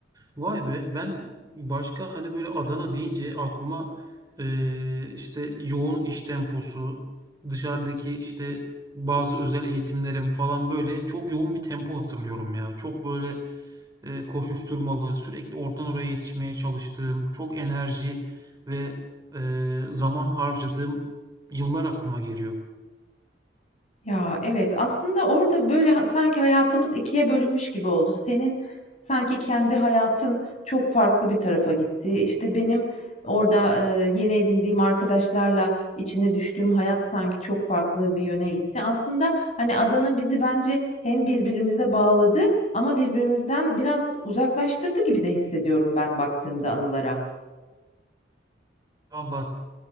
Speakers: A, on the right (about 20°); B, on the left (about 40°).
A: Vay be, ben başka hani böyle Adana deyince aklıma eee, işte yoğun iş temposu, dışarıdaki işte bazı özel eğitimlerim falan böyle çok yoğun bir tempo hatırlıyorum ya. Çok böyle eee, koşuşturmalı, sürekli oradan oraya yetişmeye çalıştığım, çok enerji ve eee, zaman harcadığım yıllar aklıma geliyor.
B: Ya evet aslında orada böyle ha- sanki hayatımız ikiye bölünmüş gibi oldu. Senin sanki kendi hayatın çok farklı bir tarafa gitti. İşte benim orada e, yeni edindiğim arkadaşlarla içine düştüğüm hayat sanki çok farklı bir yöne gitti. Aslında hani Adana bizi bence hem birbirimize bağladı ama birbirimizden biraz uzaklaştırdı gibi de hissediyorum ben baktığımda anılara.
A: Allah